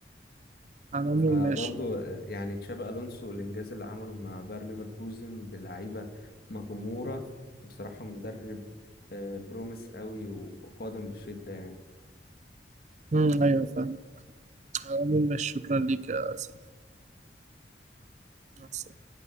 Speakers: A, on the right (about 40°); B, on the left (about 55°).
A: على العموم
B: فبرضه
A: ماشي
B: يعني تشابي الونسو الانجاز اللي عمله مع باير ليفركوزن بلعيبه مغموره بصراحه مدرب آه، بروميس قوي وقادم بشده يعني
A: امم ايوه فاهم على العموم ماشي شكرا ليك يا سيف مع السلامة.